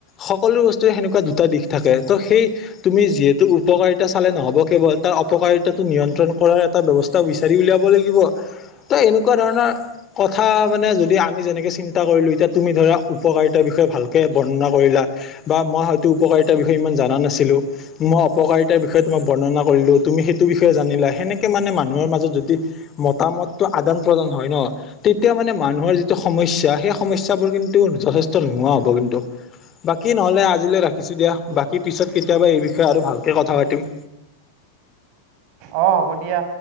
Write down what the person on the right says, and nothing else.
অ
অ হ'ব দিয়া